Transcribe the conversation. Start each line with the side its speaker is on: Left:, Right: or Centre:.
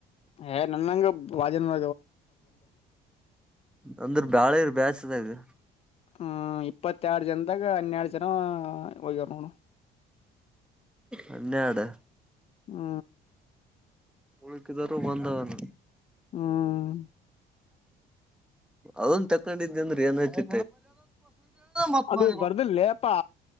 Left: ಏ ನನ್ಂಗ ಭಾಜನ್ವ
Centre: ಅಂದ್ರ ಬಾಳ ಇರು ಬೇಸ್ತ ಇ
Left: ಹ್ಮ ಇಪ್ಪತ್ತೆರಡು ಜನದಾಗ ಹನ್ನೆರಡು ಜನ ಹೋಗಾರ್ ನೋಡು
Centre: ಹನ್ನೆರಡು
Left: ಹ್ಮ
Centre: ಉಳಕಿದರೂವ ಬಂದವನ
Left: ಹ್ಮ್
Centre: ಅದೊ ತಕೊಂಡಿದೆ ಅಂದ್ರೆ ಏನ್್ತಿ ಮತ
Left: ಅದು ಬರ್ದಿಲ್ಲೇಪ್ಪಾ